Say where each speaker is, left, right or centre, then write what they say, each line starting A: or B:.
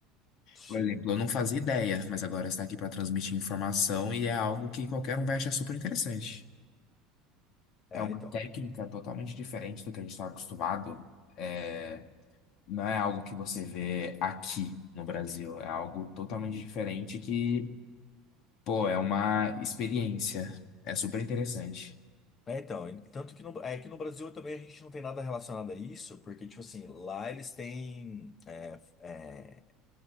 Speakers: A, on the left; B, on the left.
A: Sim.
B: Por exemplo, eu não fazia ideia, mas agora está aqui para transmitir informação e é algo que qualquer um vai achar super interessante.
A: É,
B: É uma
A: então.
B: técnica totalmente diferente do que a gente está acostumado. É, não é algo que você vê aqui no Brasil, é algo totalmente diferente que, pô, é uma experiência. É super interessante.
A: É, então, e- tanto que no, é que no Brasil também a gente não tem nada relacionado a isso, porque, tipo assim, lá eles têm é, é,